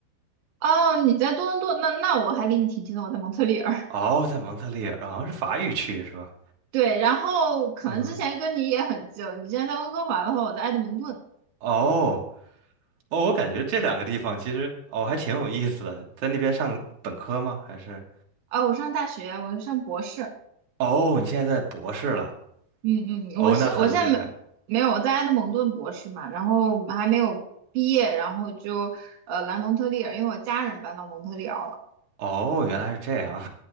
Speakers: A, on the right (about 80°); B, on the right (about 55°).
A: 哦，你在多伦多，那那我还离你挺近的，我在蒙特利尔。<laughs>
B: 哦，在蒙特利尔，好像是法语区是吧？
A: 对，然后可能之前跟你也很近，
B: 嗯，
A: 你之前在温哥华的话，我在埃德蒙顿。
B: 哦。哦，我感觉这两个地方其实哦还挺有意思的，在那边上本科吗？还是
A: 啊、我上大学，我上博士，
B: 哦，你现在在博士了？
A: 嗯嗯，
B: 哦，
A: 嗯我是我现在没没有我在埃德蒙顿博士嘛，
B: 那很厉害。
A: 然后还没有毕业，然后就呃来蒙特利尔，因为我家人搬到蒙特利尔了。
B: 哦，原来是这样，